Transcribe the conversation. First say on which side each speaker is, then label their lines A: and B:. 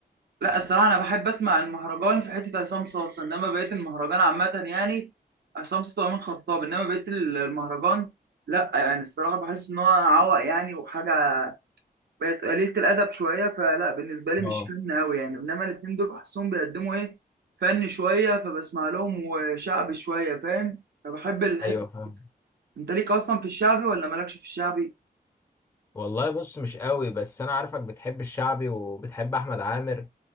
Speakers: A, on the right; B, on the left.
A: لا الصراحه انا بحب اسمع المهرجان في حته عصام صاصه انما بقيت المهرجان عامه يعني عصام صاصه وامين خطاب انما بقيت المهرجان لا يعني الصراحه بحس ان هو عوق يعني وحاجه بقت قليلة الأدب شوية فلا بالنسبة لي
B: اه
A: مش فن أوي يعني إنما الاتنين دول بحسهم بيقدموا إيه فن شوية فبسمع لهم وشعبي شوية فاهم فبحب الحتة
B: ايوه فاهم
A: أنت ليك أصلا في الشعبي ولا مالكش في الشعبي؟
B: والله بص مش قوي بس انا عارفك بتحب الشعبي وبتحب احمد عامر